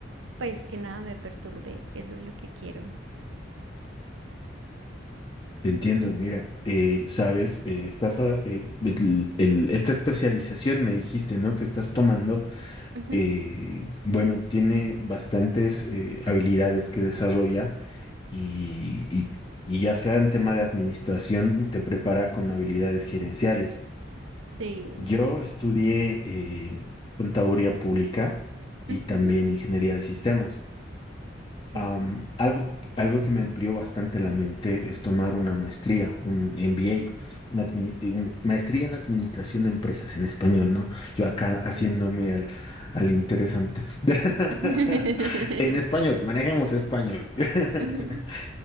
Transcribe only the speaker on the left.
Te entiendo, mira, eh, sabes, eh, estás a- eh, el- el- esta especialización me dijiste, ¿no? Que estás tomando,
eh, bueno, tiene bastantes eh, habilidades que desarrolla y, y y ya sea en tema de administración, te prepara con habilidades gerenciales.
Yo estudié eh, contaduría pública y
también ingeniería de sistemas.
Am, algo, algo que me amplió bastante la mente es tomar una maestría, un MBA, una admi- en- maestría en administración de empresas en español, ¿no? Yo acá
haciéndome al, al interesante. <laughs>
En español, manejemos español.
<laughs>